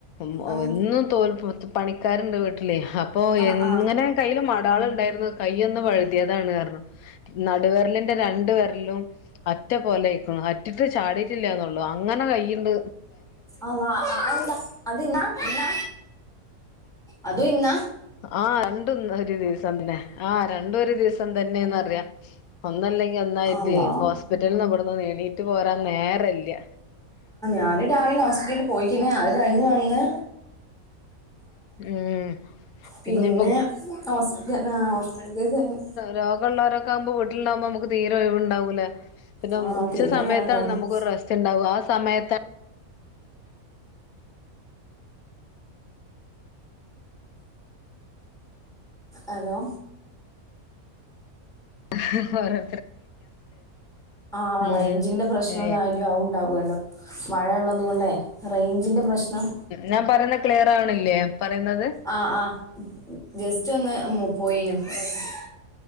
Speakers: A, on the left (about 75°); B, in the centre.
A: ഉം
B: ആ
A: എന്നും തോൽ പണിക്കാരുണ്ട് വീട്ടിലേ. അപ്പൊ
B: ആ
A: എങ്ങനെ
B: ആ
A: കയ്യിൽ മടാള്ണ്ടായിര്ന്നു. കൈയ്യൊന്ന് വഴുതിയതാണ്ർഞ്ഞു നടുവെർലിന്റെ രണ്ട് വെര്ലും അറ്റ പോലയ്ക്ക്‌ണ്. അറ്റിട്ട് ചാടിട്ടില്ലാന്നൊള്ളു ള്ളൂ അങ്ങനെ കൈയ്യ്ണ്ട്
B: അല്ല അഹ് എൻ <inaudible> അതിനന്നാ ഇന്ന അത ഇന്നാ <inaudible>
A: ആഹ് രണ്ടുംഇന്ന ഒരു ദിവസന്നെ ആഹ്‌ രണ്ടു ഒരു ദിവസം തന്നെന്നറിയാ ഒന്നല്ലെ ങ്കി ഒന്നായിട്ട്
B: അള്ളാ
A: ഹോസ്പിറ്റൽന്ന് ഇവിടുന്നൊന്ന് എണീട്ട് പോരാൻ നേരല്യ
B: ഞാനും രാവിലെ ഹോസ്പിറ്റലിൽ പോയിക്ക്‌ണ്. അത് കഴിഞ് വന്ന്
A: ഉം
B: പിന്നെ
A: പിന്നെപ്പോ
B: ഹോസ്പിറ്റ ആ ഹോസ്പിറ്റൽ കേസെന്നെ
A: രോഗള്ളോരൊക്കാവുമ്പോ വീട്ടില്ണ്ടാവുമ്പോ അമ്മക്ക് തീരെ ഒഴിവ്ണ്ടാവൂലേ പിന്നെ
B: ആ
A: ഉച്ച
B: തിരികെ
A: സമയത്താണ്
B: നേരം ഉണ്ടായിരുന്നു
A: നമുക്കൊരു റെസ്റ്റ് ഉണ്ടാവ ആ സമയത്താ
B: ഹലോ
A: ഹ്‌ ഹോരോ
B: ആഹ്
A: ഉം
B: റൈഞ്ചിന്റെ പ്രശ്നവും
A: ഏ
B: കാര്യവും അഉണ്ടാകുവല്ലോ മഴള്ളത് കൊണ്ടേ റൈഞ്ചിന്റെ പ്രശ്നം
A: നാ പറയുന്ന ക്ലിയറാവ്ണില്ലേ പറയുന്നത്
B: ആഹ് ആഹ് ജസ്റ്റ് ഒന്ന് പോയിനു റൈഞ്ച്